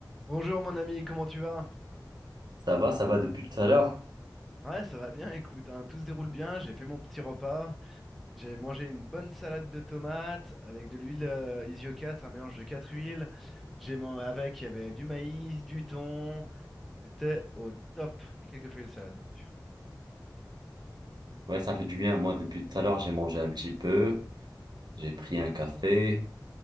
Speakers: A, in the centre; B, on the right.
A: Bonjour mon ami, comment tu vas?
B: Ça va, ça va depuis tout à l'heure?
A: Ouais, ça va bien, écoute, hein, tout se déroule bien, j'ai fait mon petit repas, j'ai mangé une bonne salade de tomates avec de l'huile euh, Isio 4, un mélange de 4 huiles, j'ai man- avec, il y avait du maïs, du thon, c'était au top, et quelques feuilles de salade, bien sûr.
B: Ouais, ça fait du bien. Moi, depuis tout à l'heure, j'ai mangé un petit peu, j'ai pris un café,